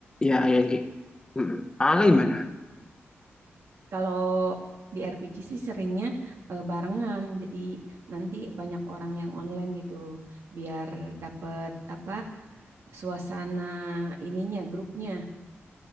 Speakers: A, on the left (about 20°); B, on the right (about 75°).
A: ya yang kayak mm. Ah,
B: Mm-mm.
A: gimana
B: Kalau di RPG sih seringnya eh, barengan jadi nanti banyak orang yang online gitu biar dapet apa suasana ininya grupnya